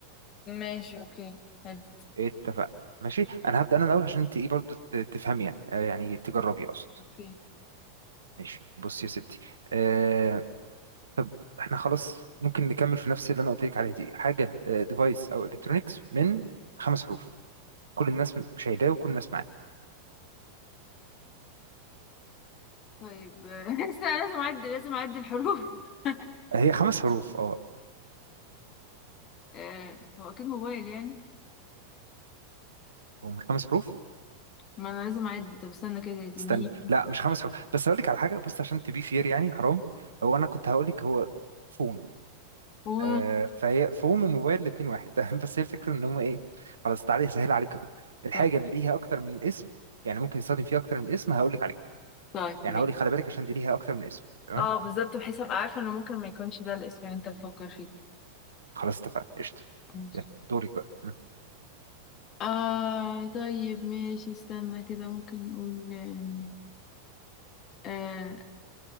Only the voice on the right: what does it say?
اتفقنا ماشي انا هبدأ انا الاول عشان انت ايه برضه ت- تفهمي يعني آه يعني تجربي اقصد
ماشي بصي يا ستي آه طب احنا خلاص ممكن نكمل في نفس اللي انا قلت لك عليها دي حاجة ديفايس او الكترونكس من خمس حروف كل الناس شايلاه وكل الناس معاه
هي خمس حروف اه
هم خمس حروف
استني
لا مش خمس حروف بس هقول لك على حاجه بص عشان تبي فير يعني حرام هو انا كنت هقول لك هو فون
آه فهي فون وموبايل الاتنين واحد <laughs> بس هي الفكره ان هم ايه خلاص تعالى اسهل عليك اكتر الحاجه
اللي ليها اكتر من اسم يعني ممكن يستخدم فيها اكتر من اسم هقول لك عليه
يعني
هقول لك خلي بالك عشان دي ليها اكتر من اسم تمام
خلاص اتفقنا قشطه
يلا، دورك بقى م.